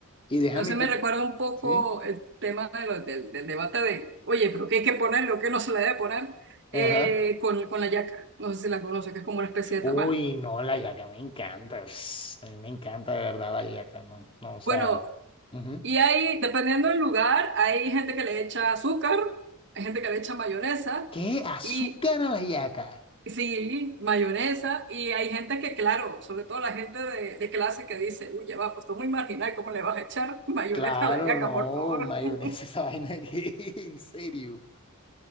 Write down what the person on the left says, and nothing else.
Y déjame...
pre-
¿Sí?
Ajá.
Uy,
no, la yaca me encanta. Ps, A mí me encanta de verdad la yaca. No, no, o sea...
ujú.
¿Qué? ¿Azúcar
a la yaca?
Claro,
no,
mayonesa
<laughs> esa vaina que... <laughs> En serio.